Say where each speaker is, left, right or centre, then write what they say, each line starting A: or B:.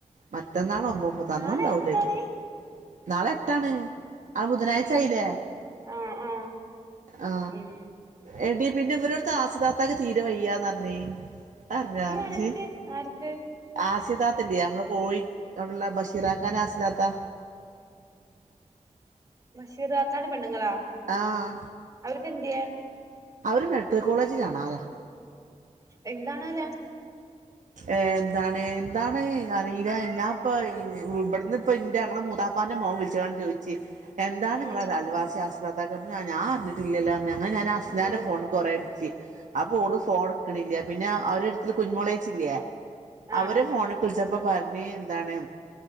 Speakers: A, on the right; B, on the right.
A: മറ്റന്നാള് ഒമ്പവുമ്പോ തന്നണ്ടാവൂലേയ്ക്ക
B: നാളെ എട്ടാണ്
A: നാളെ എട്ടാണ് ആ ബുധനാഴ്ചായിലേ
B: ഏ ആഹ് ആഹ്
A: ആ
B: ഉം
A: എടീ പിന്നെ ഇവരോട്ത്തെ ആസ്യ താത്താക്ക് തീരെ വയ്യാന്നറഞ് അതർഞ്ഞോ
B: ഈ ആർക്ക്
A: ഇജ്
B: ആർക്ക്
A: ആസ്യ താത്തല്യേ നമ്മളെ കോഴി അവിടെള്ള ബഷീറാക്കാന്റെ ആസ്യ താത്താ
B: ബഷീറാക്കാന്റെ പെണ്ണ്ങ്ങളാ
A: ആഹ്
B: അവർക്ക് എന്ത്യെ?
A: അവര് മെഡിക്കൽ കോളേജിലാണാ ലാ
B: എന്താണാലാ?
A: ഏഹ് എന്താണ് എന്താണ് അറീല ഞാ ഇപ്പ ഇബട്ന്ന്പ്പ ഇന്റെ ഞങ്ങളെ മൂത്താ പ്പാന്റെ മോൻ വിളിച്ച്ങ്ങാണ്ട് ചോയ്ച്ച് എന്താണ്
B: ഉം
A: ഇങ്ങളൊരു അയൽവാസി ആസ്യ താത്താക്ക് അപ്പൊ ഞാ ഞാൻ അറിഞ്ഞി ട്ടില്ല്യല്ലോ പറഞ് അങ്ങനെ ഞാൻ അസ്നാന്റെ
B: ഉം
A: ഫോൺക്ക് കൊറേ അടിച്ച് അപ്പൊ ഓള് ഫോൺ ഇട്ക്കണില്ല്യ പിന്നെ അവരട്ത്ത്ള്ള കുഞ്ഞുമോളെ ചില്ല്യേ
B: ആഹ്
A: അവരെ
B: ആഹ്
A: ഫോണ്ക്ക് വിളിച്ചപ്പോ പറഞ്ഞ് എന്താണ്